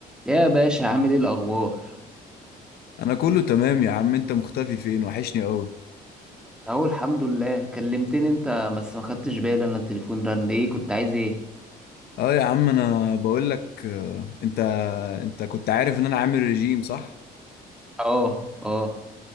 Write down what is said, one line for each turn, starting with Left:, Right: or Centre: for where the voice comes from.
Centre: يا باشا عامل ايه الاخبار
Left: انا كله تمام يا عم انت مختفي فين وحشني قوي
Centre: اهو الحمد لله كلمتني انت بس ما خدتش بالي انا التليفون رن ايه كنت عايز ايه
Left: اه يا عم انا بقول لك آه، انت انت كنت عارف ان انا عامل ريجيم صح
Centre: اه اه